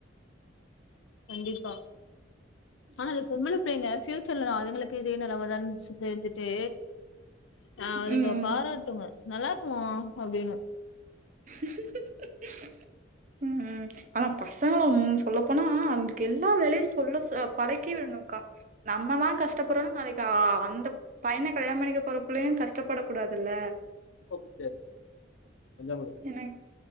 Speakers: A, on the left (about 80°); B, on the right (about 40°).
A: கண்டிப்பா ஆனா இது பொம்பளபிள்ளைங்க ஃப்யூ சர்ல அதுங்களுக்கு இதே நெலமைதான் சு தெரிஞ்சுட்டு ஆஹ் அதுங்க
B: ம், ம்.
A: பாராட்டுங்க நல்லாருக்குமா அப்டின்னு
B: <inaudible> உம் ஆனா பசங்கள ம் சொல்லப்போனா அவங்களுக்கு எல்லா வேலையும் சொல்ல ச பழக்கி விடணும்க்கா நம்மதான் கஷ்டப்படுறோம்னா நாளைக்கி அந்த பையன கல்யாணம் பண்ணிக்க போறப்புள்ளயும் கஷ்டப்பட கூடாதுல்ல
A: ஓகே <unintelligible>
B: என்ன